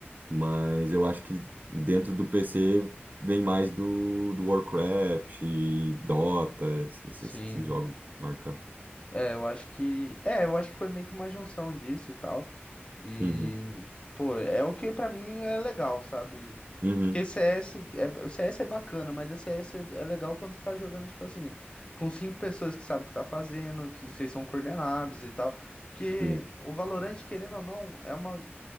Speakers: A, on the right; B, on the left.
A: Mas eu acho que dentro do PC vem mais do, do Warcraft e Dota, esses,
B: sim.
A: esses jogos marcados.
B: É, eu acho que. É, eu acho que foi meio que uma junção disso e tal. E,
A: Uhum,
B: pô, é o que pra mim é legal, sabe?
A: uhum,
B: Porque CS é, o CS é bacana, mas a CS é, é legal quando você tá jogando, tipo assim, com cinco pessoas que sabem o que tá fazendo, que vocês são coordenados e tal. Porque
A: sim,
B: o Valorant, querendo ou não, é uma.